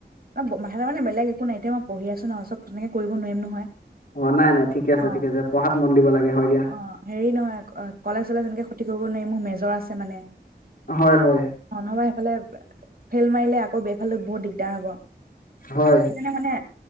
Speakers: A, on the right (about 55°); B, on the left (about 55°).
A: অ মাহেকে মানে বেলেগ একো নাই এতিয়া পঢ়ি আছোঁ ন চব ধুনীয়াকে কৰিব নোৱাৰিম নহয়।
B: অ নাই নাই ঠিকে আছে
A: অ
B: ঠিকে আছে পঢ়াত মন দিব লাগে হয় দিয়া
A: অ হেৰি নহয় কলেজ চলেজ এনেকে খতি কৰিব নোৱাৰিম মোৰ মেজৰ আছে। মানে
B: হয় হয়
A: অ নহবা সেইফালে ফেইল মাৰিলে আকৌ ইফালেও বহুত দিগদাৰ হ'ব সেইকানে
B: হয়
A: মানে